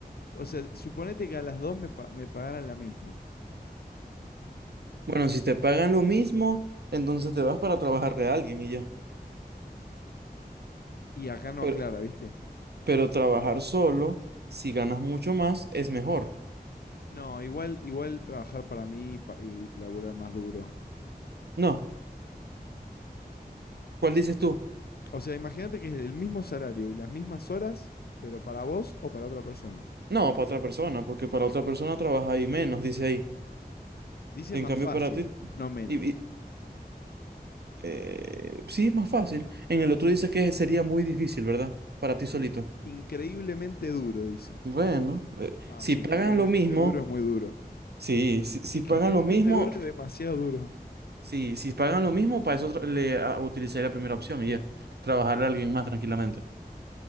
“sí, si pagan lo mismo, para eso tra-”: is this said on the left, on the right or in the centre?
Right